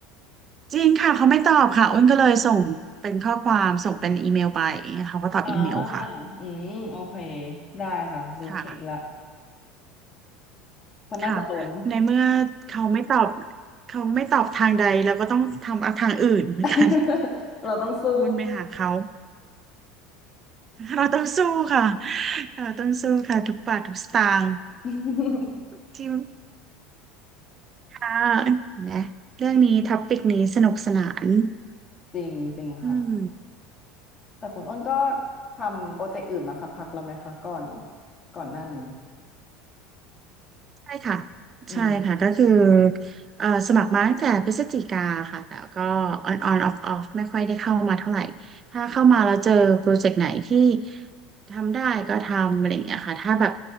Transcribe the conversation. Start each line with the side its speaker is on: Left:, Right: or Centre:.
Right: จริงค่ะเขาไม่ตอบค่ะอ้นก็เลยส่งเป็นข้อความส่งเป็นอีเมลไปเขาก็ตอบอีเมลค่ะ
Left: <laughs> อ่า <laughs> อืมโอเคได้ค่ะรู้ทริคละ
Right: ค่ะ
Left: <laughs> เพราะน่าจะล้น
Right: ค่ะในเมื่อเขาไม่ตอบเขาไม่ตอบทางใดเราก็ต้องทำเอาทางอื่นเหมือนกัน
Left: <laughs> เราต้องสู้
Right: <laughs> วนไปหาเขา เราต้องสู้ค่ะเราต้องสู้ค่ะทุกบาททุกสตางค์
Left: <laughs>
Right: ที่ค่ะนะเรื่องนี้ท็อปิกนี้สนุกสนาน
Left: จริงจริงค่ะ
Right: อืม
Left: แต่คุณอ้นก็ทำโปรเจกต์อื่นมาสักพักแล้วไหมคะก่อนก่อนหน้านี้
Right: ใช่ค่ะ
Left: อืม
Right: ใช่ค่ะก็คือเอ่อสมัครมาตั้งแต่พฤศจิกาค่ะแต่ก็ on on off off ไม่ค่อยได้เข้ามาเท่าไหร่ถ้าเข้ามาแล้วเจอโปรเจกต์ไหนที่ทำได้ก็ทำอะไรอย่างเงี้ยค่ะถ้าแบบ